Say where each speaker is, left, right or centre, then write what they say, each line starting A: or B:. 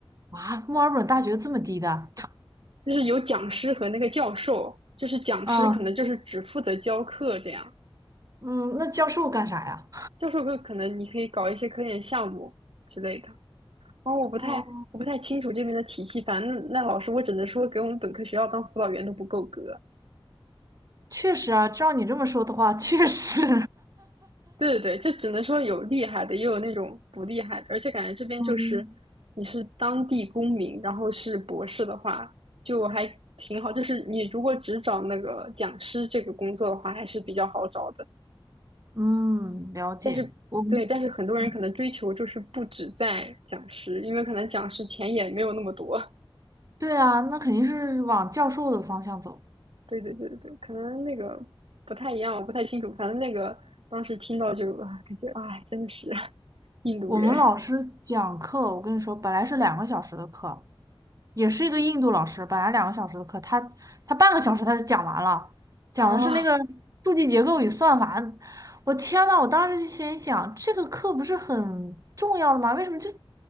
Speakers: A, on the right; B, on the right.
A: 啊，墨尔本大学这么低的？<laughs>
B: 就是有讲师和那个教授，就是讲师可能就是只负责教课这样，
A: 嗯，嗯，那教授干啥呀？
B: 教授可可能你可以搞一些科研项目之类的。哦，我不太我不太清楚这边的体系，
A: 哦，
B: 反正那那老师我只能说给我们本科学校当辅导员都不够格。
A: 确实啊，照你这么说的话，<laughs> 确实。<laughs>
B: 对对对，就只能说有厉害的，也有那种不厉害的，而且感觉这边就是你是当地公民，
A: 嗯，
B: 然后是博士的话，就还挺好。就是你如果只找那个讲师这个工作的话，还是比较好找的。
A: 嗯，了解。
B: 但是对，
A: 我们，
B: 但是很多人可能追求就是不止在讲师，
A: 嗯
B: 因为可能讲师钱也没有那么多。
A: 对啊，那肯定是往教授的方向走。
B: 对对对对对，可能那个不太一样，我不太清楚。反正那个当时听到就啊，感觉啊，真的是印度人
A: 我们老师讲课，我跟你说，本来是两个小时的课，也是一个印度老师，本来两个小时的课，他他半个小时他就讲完了，讲的是那个数据结构与算法。
B: 啊，
A: 我天呐，我当时就心想，这个课不是很重要的吗？为什么就